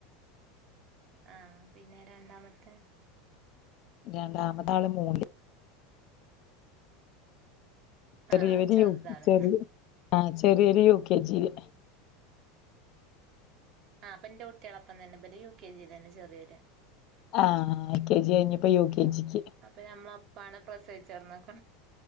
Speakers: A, on the right (about 45°); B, on the left (about 50°).
A: ആഹ് പിന്നെ രണ്ടാമത്തെ.
B: രണ്ടാമത ആള് മൂന്ന്. ചെറിയവര്
A: ആഹ് അത് ചെറുതാണ്
B: ചെറിയ ആഹ് ചെറിയൊരു യു കെ ജി ല്.
A: ആഹ് അപ്പൊ എന്റെ കുട്ടികളൊപ്പം തന്നെ ഇവര് യു കെ ജി ലന്നെ ചേറിയൊര്
B: ആഹ് ഐ കെ ജി കഴിഞ്ഞപ്പോ യു കെ ജിക്ക്
A: അപ്പൊ ഞമ്മള ഒപ്പാണ് പ്രസവിച്ചർന്നോക്ക